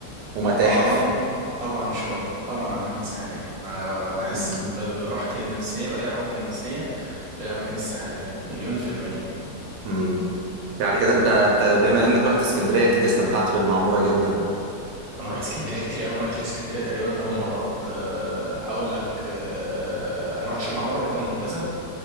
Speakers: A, on the right; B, on the right.
A: ومتاحف
B: طبعا طبعا شواطئ طبعا اماكن ساحليه انا ب- ب- بحس
A: مم.
B: ب- ب- براحتي النفسيه بلاقي راحتي النفسيه في الاماكن الساحليه مليون في الميه
A: مم. يعني كده انت انت بما انك رحت اسكندرية كده استمتعت بالمعمورة جدا
B: انا رحت اسكندريه كتير قوي انا رحت اسكندريه تقريبا 8 مرات أه هقول لك أه ما رحتش المعموره رحت المنتزه